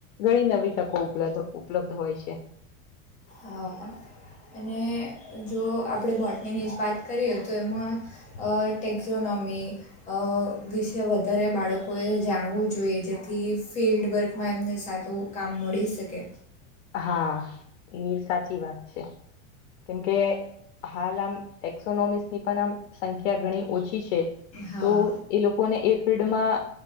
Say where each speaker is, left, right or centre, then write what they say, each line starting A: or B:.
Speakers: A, on the left (about 55°); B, on the left (about 15°).
A: ઘણી નવી તકોલ્ ઉપલબ્ધ હોય છે
B: હ એને જો આપણે બોટનીની જ વાત કરીએ તો એમાં એ ટેક્ઝોનોમી વિશે વધારે બાળકોએ જાણવું જોઈએ જેથી ફિલ્ડવર્કમાં એમને સારું કામ મળી શકે
A: હા એ સાચી વાત છે કેમ કે હાલ આમ એક્સોનોમિકસની પણ આમ સંખ્યા ઘણી ઓછી છે
B: હા
A: તો એ લોકોને એ ફિલ્ડમાં